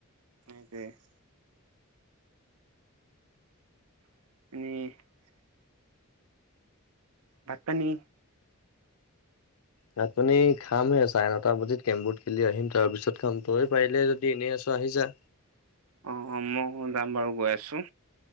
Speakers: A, on the right; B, on the left.
A: তাকেই। <inaudible> উম। ভাত, পানী।
B: ভাত, পানী খাম হে চাৰে নটা বজিত। কেমবোৰ্ড খেলি আহিম তাৰ পিছত খাম। তই পাৰিলে যদি এনেই আছোঁ। আহি যা।
A: অ, মই যাম বাৰু গৈ আছোঁ।